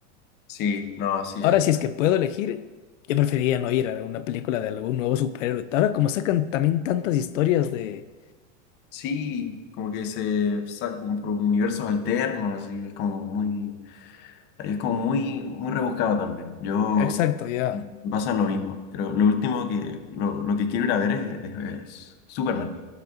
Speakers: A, on the left (about 25°); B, on the left (about 70°).
A: Sí, no, así
B: Ahora,
A: es.
B: si es que puedo elegir, yo preferiría no ir a una película de algún nuevo superhéroe. Ahora, como sacan también tantas historias de...
A: Sí, como que se sa- como por universos alternos, así es como muy Es como muy, muy rebuscado también. Yo
B: Exacto, ya.
A: me pasa lo mismo. Creo lo último que lo, lo que quiero ir a ver es, es- es Superman.